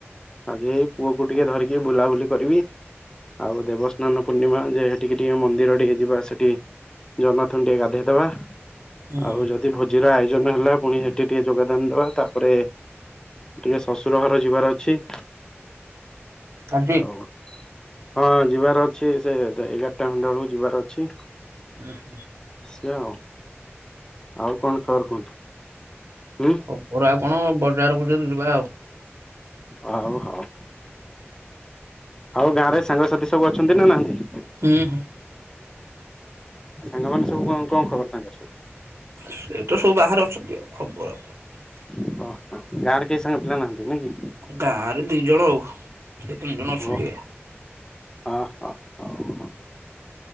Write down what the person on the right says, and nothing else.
ହୁଁ
ଆଜି?
ହୁ ହୁ।
ଓପରୁ ଆଉ କଣ ବଜାର ପର୍ଯ୍ୟନ୍ତ ଯିବା ଆଉ।
ହୁଁ ହୁଁ।
ସେ ତ ସବୁ ବାହାରେ ଅଛନ୍ତି। ଆଉ ଖବର କଣ?
ଗାଁ ରେ ଦିଇ ଜଣ ଆଉ ସେ ତିନି ଜଣ
ଅଛନ୍ତି ଆଉ।